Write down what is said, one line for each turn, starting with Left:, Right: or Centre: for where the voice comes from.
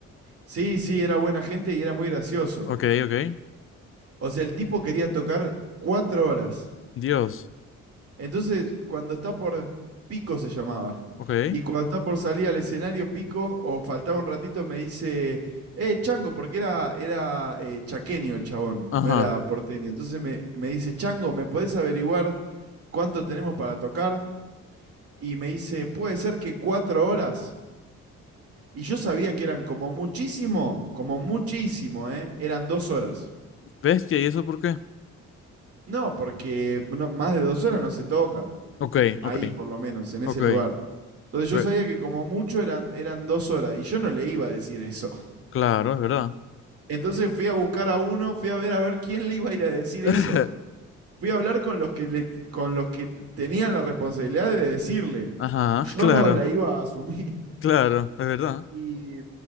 Right: Sí, sí, era buena gente y era muy gracioso.
Left: Ok, ok.
Right: O sea, el tipo quería tocar cuatro horas.
Left: Dios.
Right: Entonces, cuando está por Pico se llamaba.
Left: Ok.
Right: Y cuando está por salir al escenario Pico, o faltaba un ratito, me dice, eh, Chango, porque era, era eh, chaqueño el chabón,
Left: Ajá.
Right: no era porteño. Entonces me, me dice, Chango, ¿me podés averiguar cuánto tenemos para tocar? Y me dice, puede ser que cuatro horas. Y yo sabía que eran como muchísimo, como muchísimo, ¿eh? Eran dos horas.
Left: Bestia, ¿y eso por qué?
Right: No, porque no- más de dos horas no se toca.
Left: Ok,
Right: ahí
Left: ok,
Right: por lo menos, en ese
Left: ok.
Right: lugar. Entonces
Left: ok.
Right: yo sabía que como mucho eran, eran dos horas y yo no le iba a decir eso. <laughs>
Left: Claro, es verdad.
Right: Entonces fui a buscar a uno, fui a ver a ver quién le iba a ir a decir
Left: <laughs>
Right: eso. Fui a hablar con los que, le, con los que tenían la responsabilidad de decirle.
Left: Ajá,
Right: Yo
Left: claro,
Right: no la iba a asumir.
Left: claro, es verdad.
Right: Y